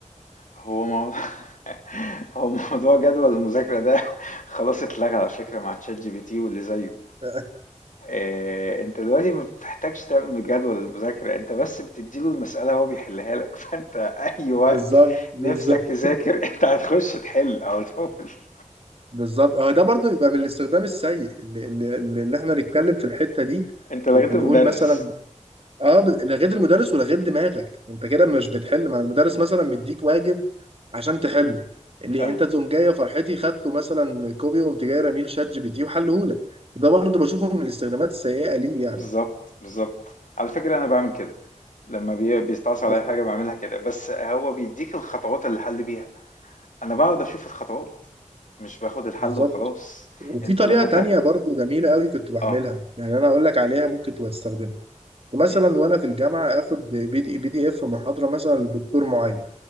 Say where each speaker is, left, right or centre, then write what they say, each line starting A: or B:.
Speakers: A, on the left (about 85°); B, on the right (about 50°).
A: هو موضوع <laughs> هو موضوع جدول المذاكرة ده <laughs> خلاص اتلغى على فكرة مع تشات جي بي تي واللي زيه
B: <laughs>
A: آآ، أنت دلوقتي ما بتحتاجش تعمل جدول للمذاكرة، أنت بس بتدّي له المسألة هو بيحلها لك، <laughs> فأنت أي وقت
B: بالظبط بالظبط
A: نِفْسك تذاكر أنت هتخش تحل على طول، <laughs>
B: بالظبط هو ده برضه يبقى من الاستخدام السيء اللي, اللي, اللي احنا نتكلم في الحتة دي
A: أنت لغيت
B: ونقول
A: المدرس،
B: مثلا اه ب- لغيت المدرس ولغيت دماغك انت كده مش بتحل مع المدرس مثلا مديك واجب عشان تحله اللي
A: آه،
B: انت تقوم جايه فرحتي خدته مثلا كوبي وقمت جاي رميل شات جي بي تي وحلهولك ده برضو بشوفه من الاستخدامات السيئه ليه يعني
A: بالضبط، بالضبط. على فكرة أنا باعمل كده، لمّا بي بيستعصي عليّا
B: ب-
A: حاجة باعملها كده، بس هو بيدّيك الخطوات اللي الحل بيها، أنا باقعد أشوف الخطوات، مش باخد الحل
B: بالظبط
A: وخلاص،
B: وفي
A: أنت
B: طريقه
A: لمّا
B: تانية
A: تاخد
B: برضو جميله قوي كنت بعملها
A: آه،
B: يعني انا اقول لك عليها ممكن تبقى تستخدمها مثلا
A: إمم،
B: وانا في الجامعه اخد بي دي بي دي اف محاضره مثلا لدكتور معين